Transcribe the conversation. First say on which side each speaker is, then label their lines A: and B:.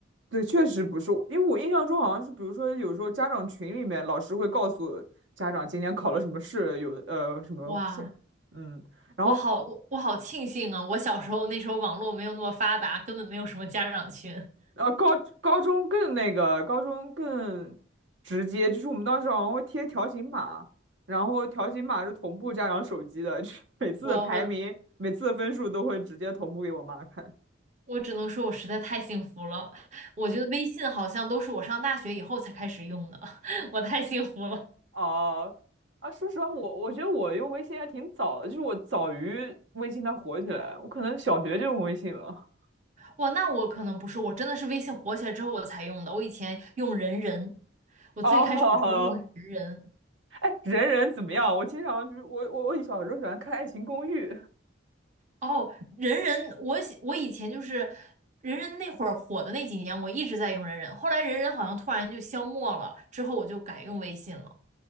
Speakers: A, on the right (about 75°); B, on the right (about 40°).
A: 对，确实不是我因为我印象中好像是，比如说有时候家长群里面，老师会告诉家长今天考了什么试，有的呃什么现，
B: 哇，
A: 嗯，然后
B: 我好我好庆幸啊！我小时候那时候网络没有那么发达，根本没有什么家长群。
A: 呃，高高中更那个，高中更直接，就是我们当时好像会贴条形码，然后条形码是同步家长手机的，就是 <laughs> 每次的排名、
B: 我我
A: 每次的分数都会直接同步给我妈看。
B: 我只能说，我实在太幸福了。我觉得微信好像都是我上大学以后才开始用的，<laughs> 我太幸福了。
A: 哦，啊，说实话，我我觉得我用微信还挺早的，就是我早于微信它火起来，我可能小学就用微信了。
B: 哇，那我可能不是，我真的是微信火起来之后我才用的。我以前用人人，我最开始的时候用的是人人。
A: <laughs> 哦，哎，人人怎么样？我经常就是我我我小时候喜欢看《爱情公寓》，
B: 哦，人人，我喜我以前就是人人那会儿火的那几年，我一直在用人人。后来人人好像突然就消没了，之后我就改用微信了。